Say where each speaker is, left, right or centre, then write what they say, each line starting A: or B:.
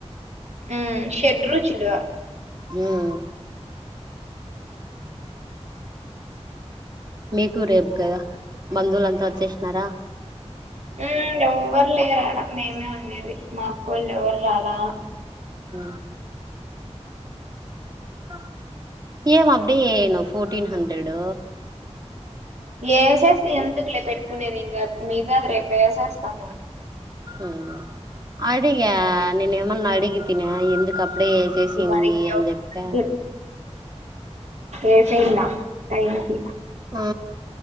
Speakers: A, on the right; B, on the right.
A: ఉ షెడ్రుచులు
B: ఉమ్ మీకు రేపు కదా బంధువులంతా వచ్చేసినారా
A: ఉమ్ అవ్వరు లేరడ మేము ఉన్నా అనేది మాకు వాళ్ళు ఎవరు రాలా
B: ఆ ఆ ఏం అబ్భి ను ఫోట టీన్ హండ్రెడ్
A: ఏసేసి ఎందుకులే పెట్టుకునేది మీద రేపేసేస్తాను
B: ఆ అడిగా నేను ఏమన్నా అడిగితిన ఎందుకు అప్పుడే చేసింది
A: మనకి
B: అని
A: అవసరానికి
B: చెప్పా
A: ఏసనా థ్యాంక్
B: ఆ